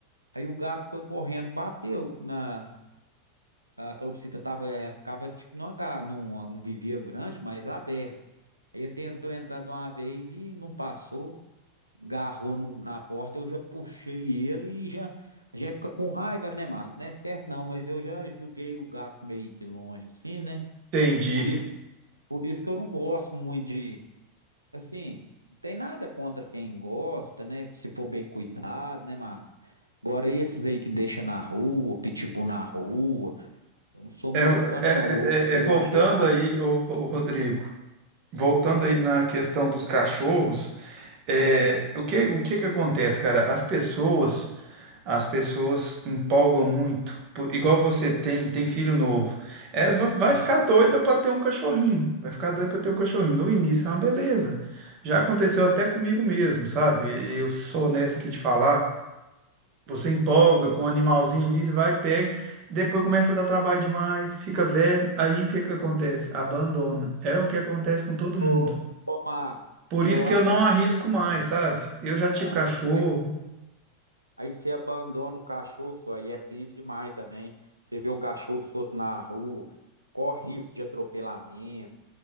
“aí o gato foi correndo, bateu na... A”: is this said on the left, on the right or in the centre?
Right